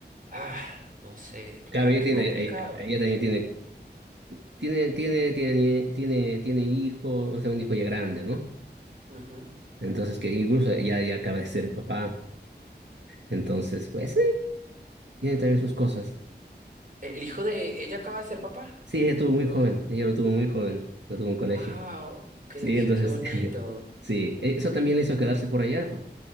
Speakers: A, on the right; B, on the right.
A: Ah, no sé,
B: Claro,
A: no,
B: ella
A: qué
B: tiene,
A: complicado.
B: eh, ella también tiene, tiene, tiene, tiene, tiene, tiene hijo, o sea, un hijo ya grande, ¿no?
A: Ujú.
B: Entonces, que incluso ya, ya acaba de ser papá. Entonces, pues sí, tiene también sus cosas.
A: El hijo de ella acaba de ser papá.
B: Sí, ella tuvo muy joven, ella lo tuvo muy joven, lo tuvo en colegio.
A: Wow, qué,
B: Sí,
A: qué,
B: entonces,
A: qué bonito.
B: <laughs> sí, eso también le hizo quedarse por allá, pues.